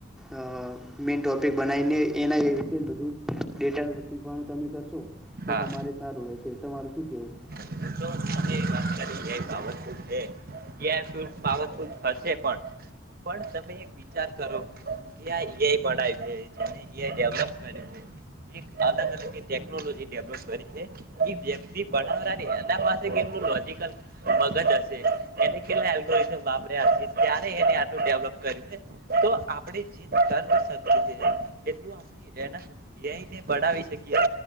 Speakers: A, in the centre; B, on the right.
A: અહ મેન ટોપિક બનાઈને એના એ વિશે જ બધું ડેટા શીખવાનું ચાલું કરશો. તો
B: હા
A: તમારે સારું રહેશે. તમારું શું કેવું?
B: <inaudible> વાત એ આઈ પાવરફુલ છે, <unintelligible> થશે પણ, પણ તમે વિચાર કરો, કે આ એ આઈ બણાવ્યું જે જેને, એ આઈ ડેવલપ <unintelligible> એક અલગ-અલગ એ ટેકનોલોજી ડેવલોપ કરી છે. ઈ વ્યક્તિ બણાવણાને એના પાસે કેટલું લોજિકલ મગજ હશે. એને કેટલાં એલ્ગોરીધમ વાપર્યા હશે, ત્યારે એને આટલું ડેવલપ કર્યું હે. તો આપણેે જે <unintelligible> એટલું આપણે <unintelligible> એ આઈને બણાવે શકીએ,